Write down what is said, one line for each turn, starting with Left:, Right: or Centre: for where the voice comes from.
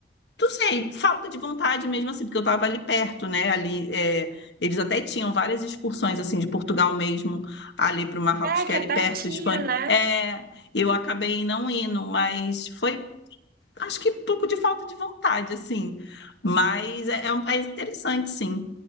Left: não sei, falta de vontade mesmo assim, porque eu estava ali perto, né? Ali, é, eles até tinham várias excursões assim de Portugal mesmo ali para o Marrocos,
Right: É,
Left: que
Right: que
Left: é ali
Right: é pertinho,
Left: perto, Espanha.
Right: né?
Left: É, eu acabei não indo, mas foi, acho que um pouco de falta de vontade assim. Mas é, é um país interessante, sim.